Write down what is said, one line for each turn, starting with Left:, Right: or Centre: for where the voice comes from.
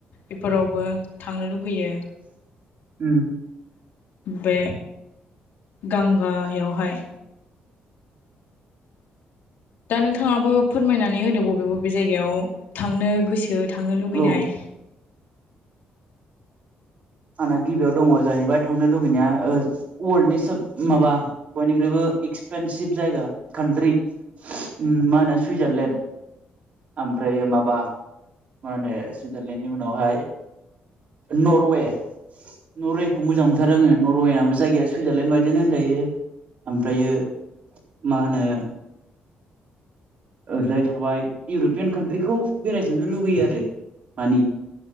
Left: बेफोरावबो थांनो लुुबैयो
Right: उम
Left: बे गांगायावहाय दा नोंथाङाबो फोरमायनानै होदो बबे बबे जायगायाव थांनो गोसो थांनो लुबैनाय
Right: औ आंना गिबियाव दङ जाहैबाय थांनो लुबैनाया वर्ल्ड नि सोब माबा बयनिख्रुबो एक् एक्सपेनसिभ जायगा कान्ट्रि उम मा होनो सुइजारलेण्ड ओमफ्राय माबा मा होनो सुइजारलेण्डनि उनावहाय नरवे नरवेखौ मोजां मोनथारो आङो नरवेआबो जायगाया सुइजारलेण्ड बायदिनो होनजायो ओमफ्रायो मा होनो ओरैजाय थाबाय इउरपियान काान्ट्रिखौ बेरायजोबनो लुगैयो आरो मानि